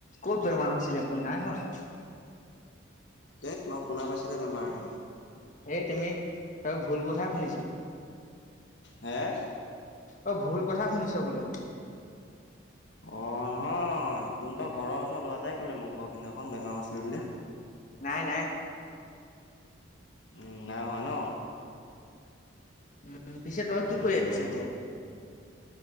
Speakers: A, on the left (about 40°); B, on the left (about 60°).
A: ক'ত বেমাৰ হৈছিলে মোৰ নাই হোৱা।
B: দে মই শুনা পাইছিলো বেমাৰ
A: এই তুমি <unintelligible> ভুল কথাই শুনিছ।
B: হে
A: অ' ভুল কথা শুনিছ বোলো।
B: অ' নহয় তহন তৰ ঘৰৰ ওচৰ লোৱাটাই ক'লে মোক বৰখিদিনাখন বেমাৰ হৈ আছিল বুলি।
A: নাই নাই।
B: উম, নাই হোৱা ন'?
A: উম, পিছে তই কি
B: উম
A: কৰি আহিছ
B: উম
A: এতিয়া?